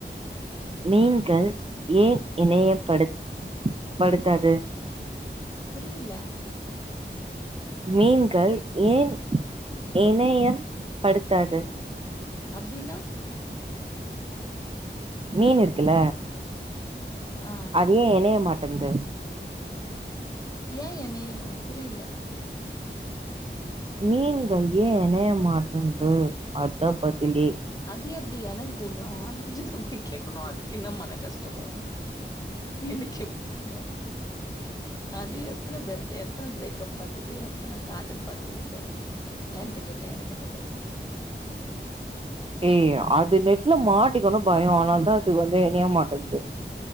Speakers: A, on the right; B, on the left.
A: மீன்கள் ஏன் இணையப்படு படுத்தாது
B: புரிய்ல
A: மீன்கள் ஏன் இணையம் படுத்தாது
B: அப்டீன்னா
A: மீன் இருக்குல்ல
B: ஆ
A: அது ஏ இணைய மாட் எந்து
B: ஏ எனயுனு புரியல
A: மீன்கள் ஏன் இணைய மாட்டேன்து அத பதிலே
B: அது எப்டி எனக்கு தெரியு அதுக்கிட்ட தா போய் அதுக்கென்ன மன கஷ்டமோ எனக்கு எப் தெரியு அது எத்தன பேருட எத்தன பிரேக்கப் பாத்தது எத்தன காதல் பாத்ததுனு தெரியல ஏன்ட்ட கேட்ட எனக்கு என்ன தெரியு
A: ஏய் அது நெட்ல மாட்டிக்கணும் பயம் ஆதனால தா அதுக்கு வந்து இணைய மாட்டேனது